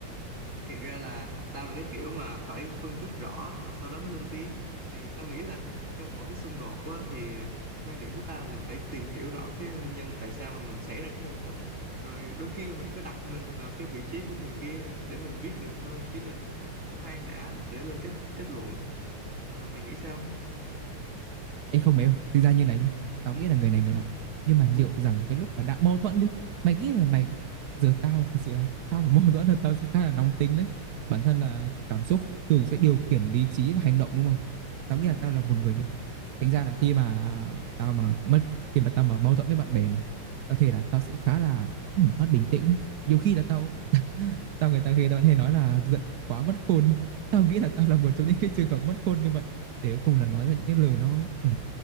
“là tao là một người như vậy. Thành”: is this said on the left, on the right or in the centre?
Right